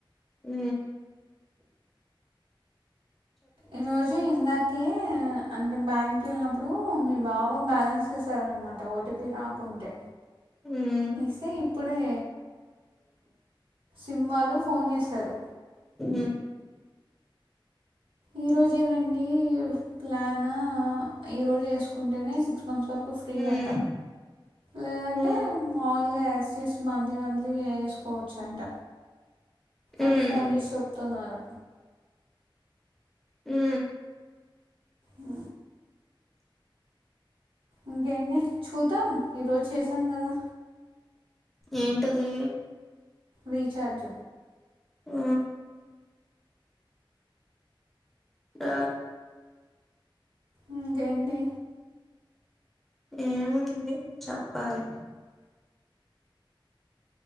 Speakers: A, in the centre; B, on the right (about 75°).
A: ఉ
B: ఈ రోజు ఇందాకే అంటే బ్యాంక్ వెళ్ళినప్పుడు మీ బావా బ్యాలెన్స్ చేసారనమాట ఓతపి రాకుంటే
A: ఉమ్
B: ఏసే ఇప్పుడే సిం వాళ్ళు ఫోన్ చేశారు
A: ఉ
B: ఈరోజేనండి ప్లాన్ ఈరోజు వసుకుంటేనే సిక్స్ మంత్స్ వరకు ఫ్రీ
A: ఉమ్
B: అంట లేదంటే
A: ఉమ్
B: మామూలుగా ఎస్సీస్ మంత్లీ మంత్లీ ఎంచి కోచ్ అంట ఆది
A: ఉమ్
B: ఫోన్ చేసి చెప్తున్నారు
A: ఉ
B: ఆ ఇంకేంటి చూద్దాం ఈరోజు చేసాం కదా
A: ఏంటది
B: రీచార్జ
A: ఆ ఆ
B: ఇంకేంటి
A: ఏముంది చెప్పాలి